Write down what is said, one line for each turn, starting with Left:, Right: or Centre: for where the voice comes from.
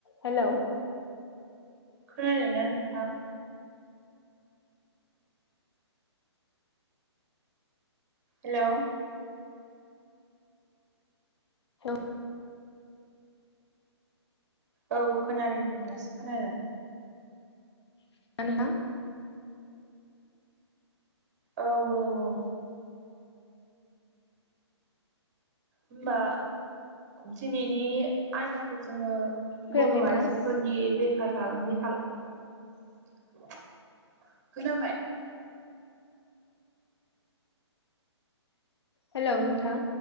Left: हेलौ
Right: खोनादोंना नोंथां? हेलौ
Left: औ
Right: औ खोनादों दे दासो खोनादों।
Left: <unintelligible>
Right: औ औ औ होमबा दिनैनि आयदाखौ जोङो
Left: फैयाखै
Right: बर'
Left: नोंथां
Right: आइजोफोरनि बेफ <unintelligible> खोनाबाय
Left: हेलौ नोंथां।